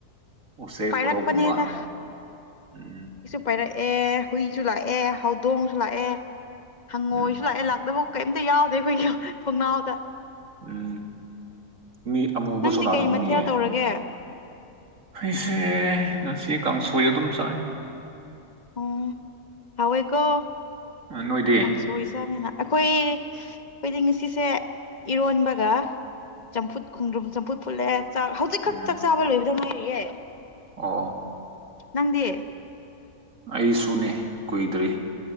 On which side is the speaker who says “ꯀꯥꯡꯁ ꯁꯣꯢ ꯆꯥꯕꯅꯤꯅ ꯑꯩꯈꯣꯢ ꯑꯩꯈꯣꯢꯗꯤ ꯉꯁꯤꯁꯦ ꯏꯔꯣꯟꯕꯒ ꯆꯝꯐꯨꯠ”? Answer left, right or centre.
Left